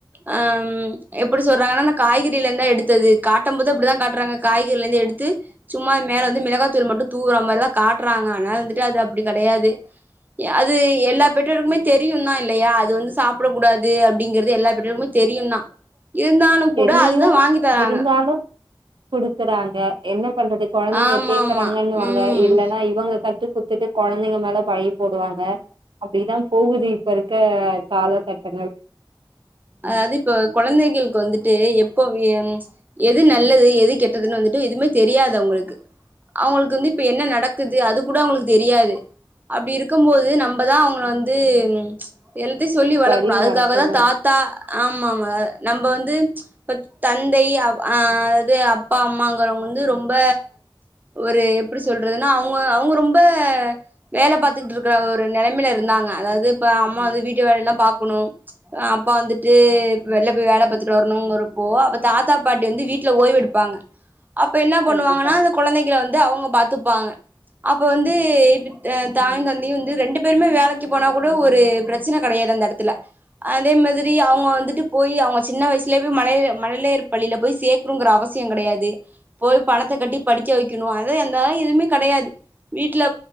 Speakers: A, on the right; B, on the right.
A: ஹம் எப்படி சொல்றாங்கன்னா காய்கறில இருந்தான் எடுத்தது கா கட்டும் போது அப்படிதான் காட்டுறாங்க காய்கறில இருந்து எடுத்து சும்மா மேல வந்து மிளகா தூள் மட்டும் துவுற மாரிதா காட்றாங்கா அன வந்துட்டு அது அப்படி கிடையாது அது எல்லா பெற்றெருக்குமே தெரியும் தான் இல்லையா அது வந்து சாப்பிட கூடாது அப்படிங்கறது எல்லா பெற்றெருக்குமே தெரியும் தான் இருந்தாலும்
B: தெரியு
A: கூட அதுதான் வாங்கி தராங்க
B: இருந்தாலு குடுக்குறாங்க என்ன பண்றது குழந்தைங்க
A: ஆமா
B: கேக்குறாங்கன்னுவாங்க
A: ஆமா ம்
B: இல்ன்னா இவங்க கத்து குத்துட்டு குழந்தைங்க மேல பழிய போடுவாங்க அப்படிதான் போகுது இப்ப இருக்க கால கட்டங்கள்
A: அதாவது இப்ப குழந்தைகளுக்கு வந்துட்டு எப்போ எது நல்லது எது கெட்டதுன்னு வந்துட்டு எதுவுமே தெரியாது அவங்களுக்கு அவங்களுக்கு வந்து இப்ப என்ன நடக்குது அது கூட அவங்களுக்கு தெரியாது அப்படி இருக்கும் போது நம்மதான் அவங்கள வந்து உ எல்த்தையு சொல்லி வளர்க்கணு
B: வழி
A: அதுக்காகதா
B: நடத்தணு
A: தாத் ஆமா ஆமா நம்ம வந்து இப்ப தந்தை அதாவது அப்பா அம்மாங்கறவங்க வந்து ரொம்ப ஒரு எப்படி சொல்றதுன்னா அவங்க அவங்க ரொம்ப வேலை பாத்து ஒரு நிலைமில இருந்தாங்க அதாவது இப்ப அம்மா வந்து வீட்டு வேலை எல்லாம் பாக்கணும் அப் அப்பா வந்துட்டு வெளில போய் வேலை பாத்துட்டு வரணும்கிறப்போ அப்ப தாத்தா பாட்டி வந்து வீட்டுல ஓய்வு எடுப்பாங்க அப்ப என்ன பண்ணுவாங்கன்னா
B: கண்டிப்பா
A: அந்த குழந்தைகலா வந்து அவங்க பாத்துப்பாங்க அப்ப வந்து இப்ப தாயும் தந்தையும் வந்து ரெண்டு பேருமே வேலைக்கு போனா கூட ஒரு பிரச்சனை கிடையாது அந்த இடத்துல அதே மாதி சரி அவங்க வந்துட்டு போய் அவங்க சின்ன வயசுலேயே மழையை மழலையார் பள்ளியில போய் சேர்க்குங்கிற அவசியம் கிடையாது போய் பணத்தை கட்டி படிக்க வைக்கணும் அது எந்தா எதுவுமே கிடையாது வீட்டுல